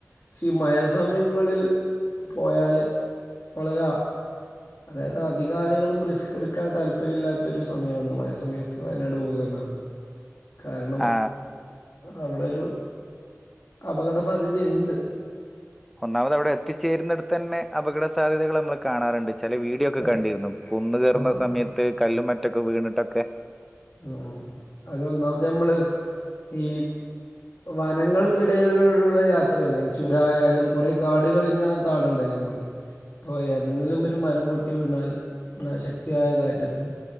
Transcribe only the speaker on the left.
പക്ഷെ ഈ മയസമയങ്ങളിൽ പോയാല് വളരെ അതായത് അധികാലങ്ങളും റിസ്ക് എടുക്കാൻ താല്പര്യമില്ലാത്തൊരു സമയമാണ് മയ സമയത്ത് വയനാട് പോകുക എന്നുള്ളത്
കാരണം
അവിടെരു അപകട സാധ്യത ഉണ്ട്
അതെ
ആ
ഉ അതൊന്നാമത് നമ്മള് ഈ വനങ്ങൾക്കിടയിലൂടെയുള്ള യാത്രയല്ലേ ചുരായാലും കുറെ കാടുകൾ ഇങ്ങനെ കാട്ണ്ട നമ്മള് ഇപ്പോ ഏതെങ്കിലും ഒരു ഒരു മരം പൊട്ടി വീണാൽ ശക്തിയായ കാറ്റത്ത്